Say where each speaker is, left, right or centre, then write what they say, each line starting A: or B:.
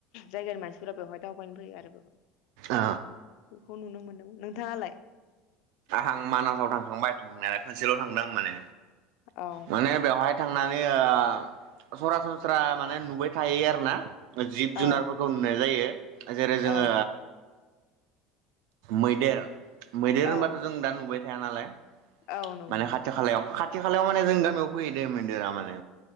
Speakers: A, on the left; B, on the right.
A: जायगानि मानसिफोरा बेवहाय दावबायनो फैयो आरो बेवहाय
B: ओ
A: बेखौ नुनो मोनदोंमोन नोंथाङालाय
B: आं मानासाव थांखांबाय थांनाया खोनसेल थांदों आं माने
A: औ
B: माने बेवहाय थां नै ओ सरासनस्रा माने नुबाय थायो आरो ना जिब जुनारफोरखौ
A: औ
B: नुनाय जायो जेरै जोङो
A: औ
B: मैदेर मैदेर
A: औ
B: होनबाथ' जों दा नु बाय थाया नालाय
A: औ नंगौ
B: माने
A: नोंथां
B: खाथि खालायाव खाथि खालायाव माने
A: औ
B: जों गामियाव फैयो दे मैदेरा माने